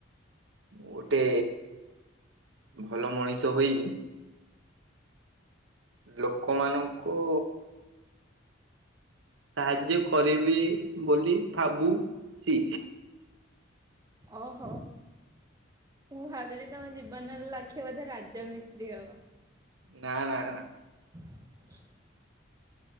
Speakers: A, on the right (about 70°); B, on the right (about 20°).
A: ଗୋଟେ ଭଲ ମଣିଷ ହୋଇ ଲୋକମାନଙ୍କୁ ସାହାଯ୍ୟ କରିବି ବୋଲି ଭାବୁଛି।
B: ଓ ହୋ ମୁଁ ଭାବିଲି ତମ ଜୀବନର ଲକ୍ଷ୍ୟ ବୋଧେ ରାଜ ମିସ୍ତ୍ରୀ ହବ।
A: ନା ନା ନା।
B: <unintelligible>